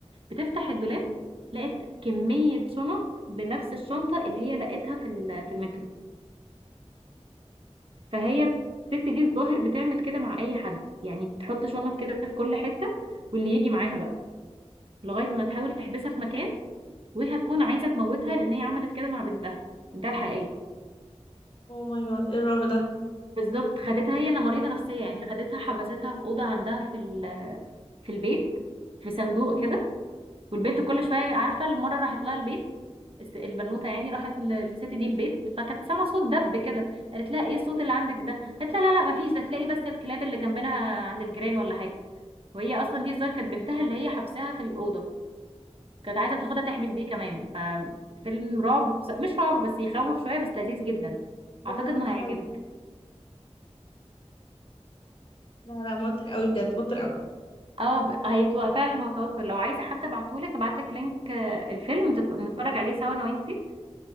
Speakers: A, on the right (about 50°); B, on the left (about 50°).
A: بتفتح الدولاب لقيت كمية شنط بنفس الشنطة اللي هي لقيتها في ال- في المترو فهي الست دي الظاهر بتعمل كده مع أي حد يعني بتحط شنط كده في كل حتة واللي يجي معاها بقى لغاية ما تحاول تحبسها في مكان وهي هتكون عايزة تموتها لأن هي عملت كده مع بنتها بنتها الحقيقية
B: او ماي جاد ايه الرعب ده
A: بالظبط خدتها هي أنا مريضة نفسية يعني خدتها حبستها في أوضة عندها في ال- في البيت في صندوق
B: مم.
A: كده والبنت كل شويه عارفه المره راحت لها البيت الس- البنوته يعني راحت ل- للست دي البيت فكانت سامعه صوت دب كده قالت لها ايه الصوت اللي عندك ده قالت لها لا لا مفيش ده تلاقي بس الكلاب اللي جنبنا عند الجيران ولا حاجه وهي اصلا دي الظاهر كانت بنتها اللي هي حبسها في الاوضه كانت عايزه تاخدها تحبس دي كمان ففيلم رعب بس- مش رعب بس يخوف شويه بس لذيذ جدا
B: ده
A: اعتقد
B: موتر
A: انه هيعجبك
B: قوي لا لا موتر قوي بجد موتر قوي
A: اه ب- هيبقى فعلا هو توتر لو عايزه حتى ابعتهولك ابعتلك لينك آه، الفيلم تت- نتفرج عليه سوا انا وانتي